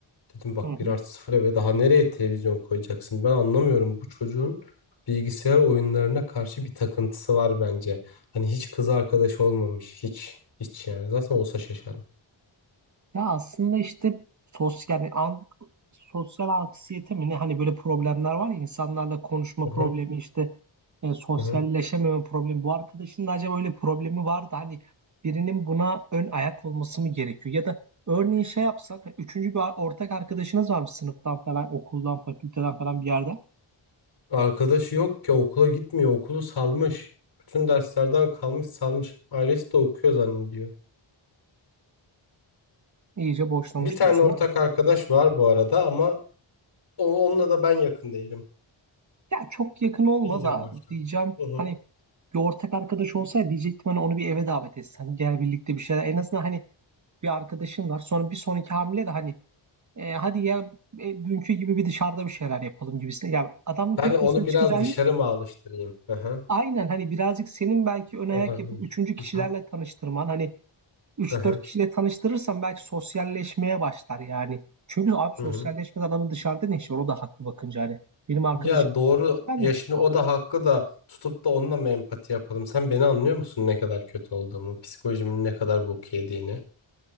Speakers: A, on the left; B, on the right.
A: Dedim bak
B: Hı hı.
A: bir artı 0 ve daha nereye televizyon koyacaksın? Ben anlamıyorum. Bu çocuğun bilgisayar oyunlarına karşı bir takıntısı var bence. Hani hiç kız arkadaşı olmamış. Hiç. Hiç yani. Zaten olsa şaşarım.
B: Ya aslında işte sosyal yani an, sosyal anksiyete mi ne hani böyle problemler var ya insanlarla konuşma
A: Hı
B: problemi
A: hı.
B: işte e, sosyalleşememe
A: Hı hı.
B: problemi. Bu arkadaşın da acaba öyle problemi var da hani birinin buna ön ayak olması mı gerekiyor? Ya da örneğin şey yapsak hani üçüncü bir ar- ortak arkadaşınız varmış sınıftan falan okuldan fakülteden falan bir yerden
A: Arkadaşı yok ki okula gitmiyor. Okulu salmış. Bütün derslerden kalmış salmış. Ailesi de okuyor zannediyor.
B: iyice boşlamış
A: Bir tane
B: diyorsun.
A: ortak
B: ama
A: arkadaş var bu arada ama o, onunla da ben yakın değilim.
B: Ya çok yakın olma
A: İyice
B: da
A: boştan.
B: diyeceğim
A: Hı hı.
B: hani bir ortak arkadaş olsaydı diyecektim hani onu bir eve davet etsen gel birlikte bir şeyler en azından hani bir arkadaşın var. Sonra bir sonraki hamle de hani e, hadi ya e, dünkü gibi bir dışarıda bir şeyler yapalım gibisine. Ya adamın
A: Ben
B: tek
A: onu
B: başına
A: biraz
B: çıkacağı
A: dışarı
B: yok.
A: mı alıştırayım? Hı hı.
B: Aynen hani birazcık senin belki ön
A: Olabilir.
B: ayak yapıp üçüncü kişilerle
A: Hı hı.
B: tanıştırman. Hani üç
A: Hı hı.
B: dört kişiyle tanıştırırsan belki sosyalleşmeye başlar yani. Çünkü abi
A: Hı
B: sosyalleşmeden
A: hı.
B: adamın dışarıda ne işi var? O da haklı bakınca hani. Benim arkadaşım
A: Ya doğru.
B: ben
A: Ya
B: de çıkmam.
A: şimdi o da hakkı da tutup da onunla mı empati yapalım? Sen beni anlıyor musun ne kadar kötü olduğumu, psikolojimin ne kadar bok yediğini?